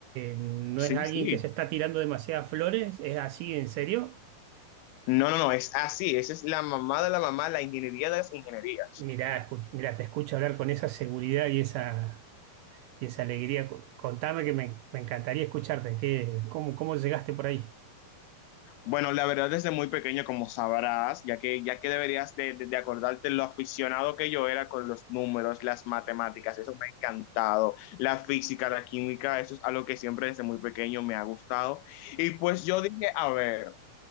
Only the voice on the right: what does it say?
no
es alguien
que se está tirando demasiadas flores, ¿es así, en serio?
Mirá, escu- mirá, te escucho hablar con esa seguridad y esa, y esa alegría. Co- Contame que me, me encantaría escucharte. ¿Qué, cómo, cómo llegaste por ahí?